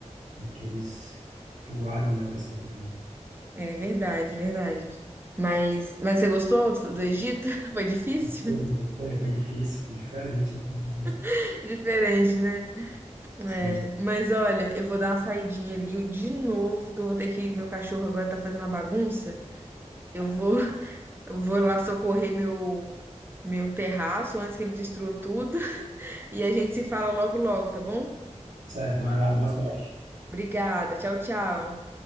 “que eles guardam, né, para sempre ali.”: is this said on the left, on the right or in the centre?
Right